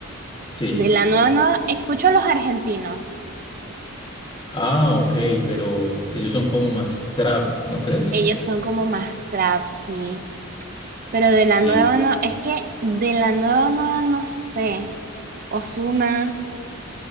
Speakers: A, on the left (about 20°); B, on the right (about 40°).
A: Sí.
B: De la nueva, nueva, escucho a los argentinos.
A: Ah, ok, pero ellos son como más trap, ¿no crees?
B: Ellos son como más trap, sí. Pero
A: Sí,
B: de la nueva, no, es que de la nueva, nueva no sé. Ozuna,